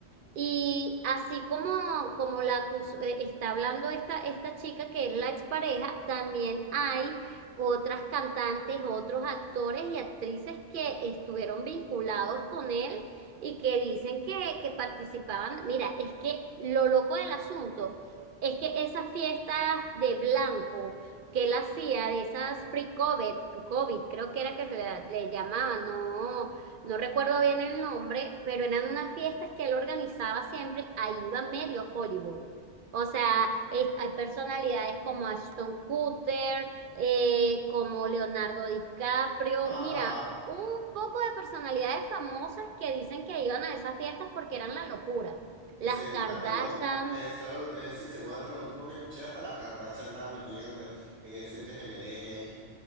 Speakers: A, on the right; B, on the right.
A: Y así como, como la acus- eh, está hablando esta, esta chica que es la expareja, también hay otras cantantes, otros actores y actrices que estuvieron vinculados con él y que dicen que, que participaban. Mira, es que lo loco del asunto es que esas fiestas de blanco que él hacía, de esas free COVID, COVID creo que era que se le, le llamaban, no, no recuerdo bien el nombre, pero eran unas fiestas que él organizaba siempre, ahí iba medio Hollywood. O sea, es- hay personalidades como Ashton Kutcher, eh, como Leonardo DiCaprio.
B: ajá.
A: Mira, un poco de personalidades famosas que dicen que iban a esas fiestas porque eran la locura. Las
B: Y según
A: Kardashian.
B: hasta lo, hasta- eh, eso es lo que te iba a decir, según hasta lo último que escuché, hasta las Kardashian estaban metidas en, re- en ese tejemeneje ahí.